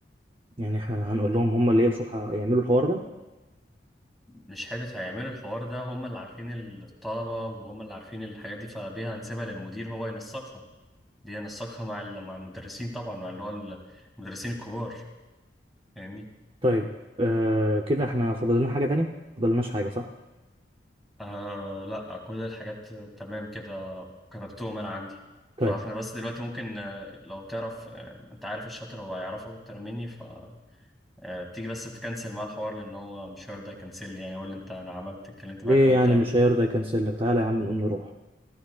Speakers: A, on the right; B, in the centre.
A: يعني احنا هنقول لهم هم اللي يقفوا الح... يعملوا الحوار ده
B: مش حتة هيعملوا الحوار ده هم اللي عارفين الطلبة وهم اللي عارفين الحاجات دي فدي هنسيبها للمدير هو ينسقها دي ينسقها مع ال- مع المدرسين طبعا مع اللي هو المدرسين الكبار فاهمني
A: طيب آه كده احنا فاضل لنا حاجة تانية؟ فاضل لناش حاجة صح؟
B: آه لا كل الحاجات تمام كده كتبتهم انا عندي
A: طيب
B: فاحنا بس دلوقتي ممكن آه، لو تعرف آه، انت عارف الشاطر هو هيعرفك اكتر مني ف آه، تيجي بس تكنسل معاه الحوار لان هو مش هيرضى يكنسل لي يعني يقول لي انت انا عملت اتكلمت
A: ليه
B: معاك وانت
A: يعني مش هيرضى يكنسل لك تعالى يا عم نقوم نروح